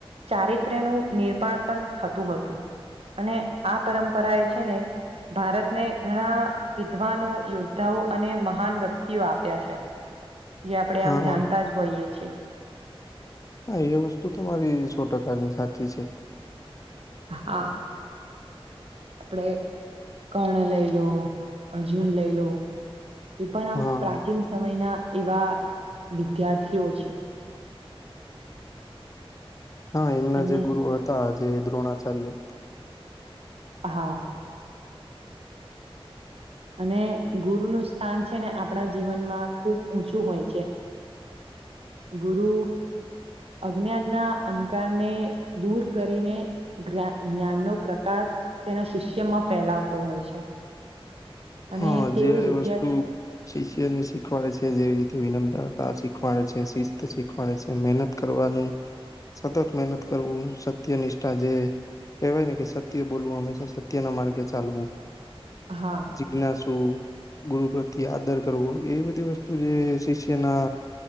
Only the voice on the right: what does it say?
ચારિત્ર્યનું નિર્પાણ પણ થતું હતું. અને આ પરંપરા એ છે ને ભારતને ઘણા વિધવાનો યોદ્ધાઓ અને મહાન વ્યક્તિઓ આપ્યા છે. જે આપણે
આમ જાણતા જ હોઈએ છે.
હા. આપડે કર્ણ લઈ લો, અર્જુન લઈ લો. એ પણ આમ
પ્રાચીન સમયના એવા વિદ્યાર્થીઓ છે.
અને
હા. અને ગુરુનું સ્થાન છે ને આપણા જીવનમાં ખૂબ ઊંચું હોય છે. ગુરુ અજ્ઞાનના અંધકારને દૂર કરીને જ્ઞાનનો પ્રકાર તેના શિષ્યમાં ફેલાવતો હોય છે. અને
તેઓ
વિદ્યા
હા.